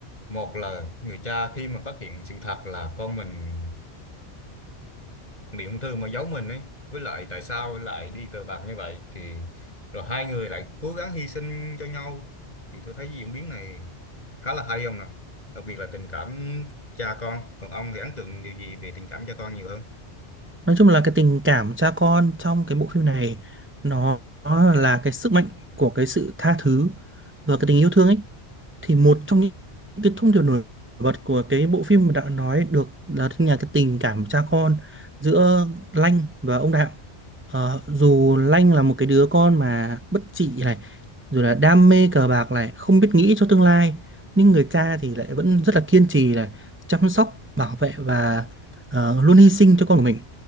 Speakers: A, on the left; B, on the right.
A: một là người cha khi mà phát hiện sự thật là con mình bị ung thư mà giấu mình ấy với lại tại sao lại đi cờ bạc như vậy thì rồi hai người lại cố gắng hy sinh cho nhau thì tôi thấy diễn biến này khá là hay ông nào đặc biệt là tình cảm cha con còn ông thì ấn tượng điều gì về tình cảm cha con nhiều hơn
B: Nói chung là cái tình cảm cha con trong cái bộ phim này nó nó là cái sức mạnh của cái sự tha thứ và cái tình yêu thương ấy thì một trong những cái thông điệp nổi bật của cái bộ phim mà đã nói được là thứ nhà cái tình cảm cha con giữa Lanh và ông Đạo Ờ, dù Lanh là một cái đứa con mà bất trị này rồi là đam mê cờ bạc này không biết nghĩ cho tương lai nhưng người cha thì lại vẫn rất là kiên trì này chăm sóc bảo vệ và ờ, luôn hy sinh cho con của mình